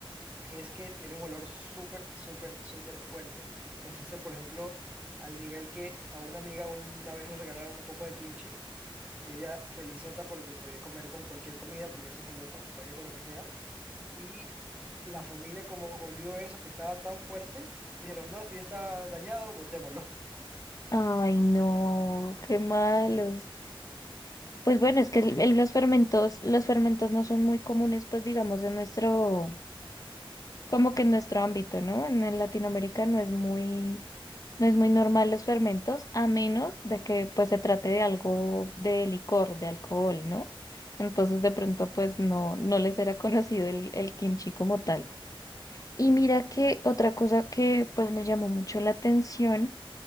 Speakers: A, on the right (about 15°); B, on the left (about 40°).
A: es que tiene un olor súper, súper, súper fuerte. <laughs> Entonces, por ejemplo, al nivel que a una amiga una vez le regalaron un poco de kimchi y ella felizota porque podía comer con cualquier comida porque eso se lo acompaña con lo que sea. Y la familia como olió eso que estaba tan fuerte, dijeron, no, esto ya está dañado, botémoslo. <laughs>
B: Ay, no, qué malos.
A: Y-
B: Pues bueno, es que el- el- los fermentos, los fermentos no son muy comunes, pues digamos, en nuestro, como que en nuestro ámbito, ¿no? En, en Latinoamérica no es muy, no es muy normal los fermentos, a menos
A: Exacto.
B: de que pues se trate de algo de licor, de alcohol, ¿no? Entonces de pronto pues no, no les era conocido el, el kimchi como tal. Y mira que otra cosa que pues me llamó mucho la atención